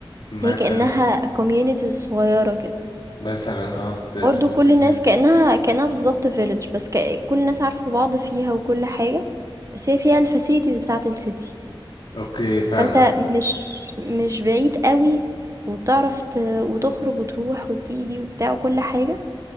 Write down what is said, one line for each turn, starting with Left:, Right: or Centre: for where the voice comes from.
Left: مثلا
Right: هي كأنها communities صغيرة كده،
Left: مثلا اه السمول
Right: برضه كل
Left: سيتيز
Right: الناس كأنها كأنها بالضبط village بس ك كل الناس عارفة بعض فيها وكل حاجة، بس هي فيها الfacilities بتاعة الcity.
Left: اوكي فاهم
Right: فأنت مش مش بعيد قوي وبتعرف ت... وتخرج وتروح وتيجي وبتاع وكل حاجة